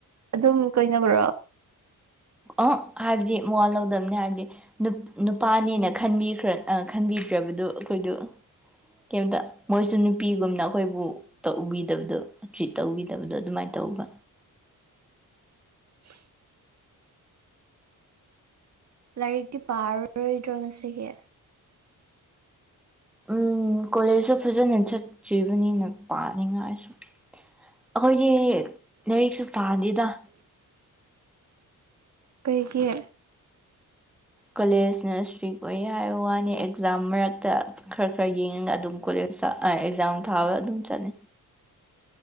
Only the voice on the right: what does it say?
ꯑꯗꯨꯝ ꯀꯣꯏꯅꯕ꯭ꯔꯣ
<inaudible> ꯂꯥꯏꯔꯤꯛꯇꯤ ꯄꯥꯔꯔꯣꯏꯗ꯭ꯔꯣ ꯉꯁꯤꯒꯤ
ꯀꯩꯒꯤꯦ